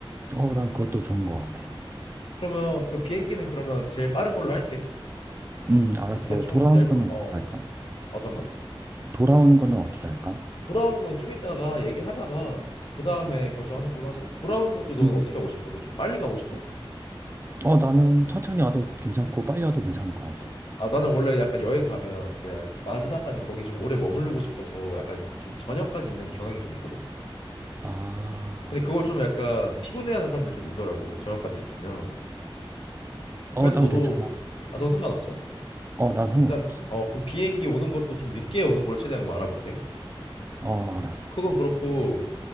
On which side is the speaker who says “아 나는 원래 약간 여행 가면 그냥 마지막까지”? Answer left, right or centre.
Left